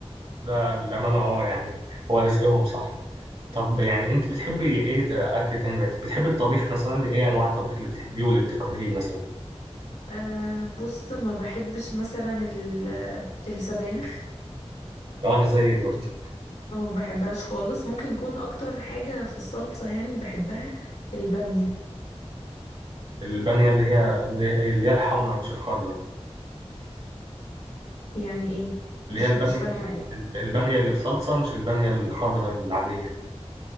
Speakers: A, on the right; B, on the left.
A: ده الأمانة اه يعني هو رزقهم صح طب يعني أنت بتحبي إيه ده أكل تاني بت- بتحبي الطبيخ مثلا إيه أنواع الطبيخ اللي بتحبيه واللي بتكرهيه مثلا
B: أه بص ما بحبش مثلا ال... السبانخ
A: لو أنا زيك برضو
B: ما بحبهاش خالص ممكن يكون اكتر حاجه في الصلصه يعني بحبها الباميه
A: البامية اللي هي اللي اللي هي الحمراء مش الخضراء
B: يعني ايه
A: اللي
B: مش
A: هي البامية
B: مش فاهمه
A: ال- البامية اللي بصلصة مش البامية الخضراء العادية